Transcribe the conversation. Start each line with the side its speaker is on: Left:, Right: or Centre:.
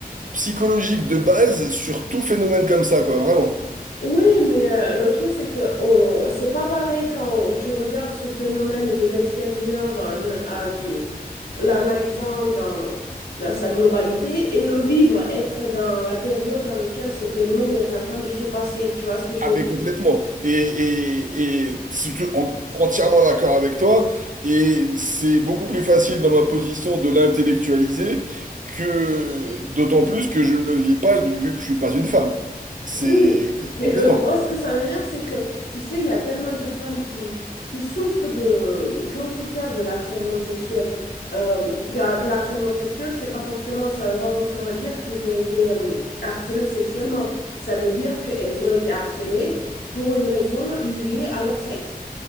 Right: psychologique de base sur tout phénomène comme ça, quoi, vraiment.
Left: Oui, mais euh, le truc, c'est que on... c'est pas pareil quand tu regardes ce phénomène de l'extérieur en, en l'analysant dans, dans sa globalité et le vivre, être dans la période dans laquelle ce phénomène est en train de se passer. Tu vois ce que je
Right: Ah
Left: veux
Right: mais
Left: dire?
Right: complètement. Et, et, et c'est tout- en- entièrement d'accord avec toi. Et c'est beaucoup plus facile dans ma position de l'intellectualiser que d'autant plus que je ne le vis pas vu que je suis pas une femme. C'est
Left: Oui, mais
Right: complètement.
Left: le, moi, ce que ça m'énerve, c'est que, tu sais, il y a tellement de femmes qui, qui souffrent de, qui ont souffert de l'harcèlement sexuel. Euh, car l'harcèlement sexuel, c'est pas forcément, ça veut pas forcément dire qu'ils ont été euh, harcelés sexuellement. Ça veut dire qu'elles ont été harcelées pour une raison liée à leur sexe.